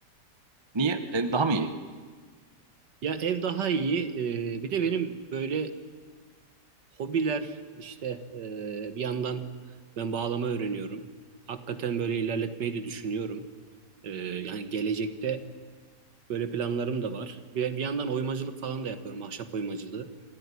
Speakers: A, on the right (about 25°); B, on the right (about 85°).
A: Niye? E, daha mı iyi?
B: Ya ev daha iyi. e, bir de benim böyle hobiler işte e, bir yandan ben bağlama öğreniyorum. Hakikaten böyle ilerletmeyi de düşünüyorum. E, yani gelecekte böyle planlarım da var. Bir, bir yandan oymacılık falan da yapıyorum. Ahşap oymacılığı.